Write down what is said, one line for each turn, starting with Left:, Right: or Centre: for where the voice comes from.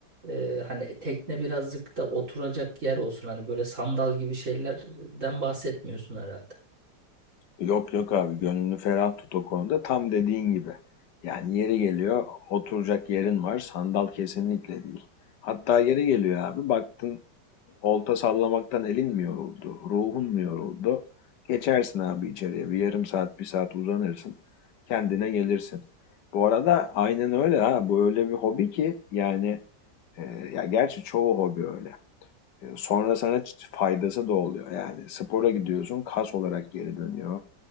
Right: Ee, hani tekne birazcık da oturacak yer olsun. Hani böyle sandal gibi şeylerden bahsetmiyorsun herhalde.
Left: Yok yok abi gönlünü ferah tut o konuda tam dediğin gibi. Yani yeri geliyor oturacak yerin var sandal kesinlikle değil. Hatta yeri geliyor abi baktın Olta sallamaktan elin mi yoruldu, ruhun mu yoruldu? Geçersin abi içeriye. Bir yarım saat, bir saat uzanırsın. Kendine gelirsin. Bu arada aynen öyle ha. Bu öyle bir hobi ki yani e, ya gerçi çoğu hobi öyle. E, sonra sana faydası da oluyor. Yani spora gidiyorsun, kas olarak geri dönüyor.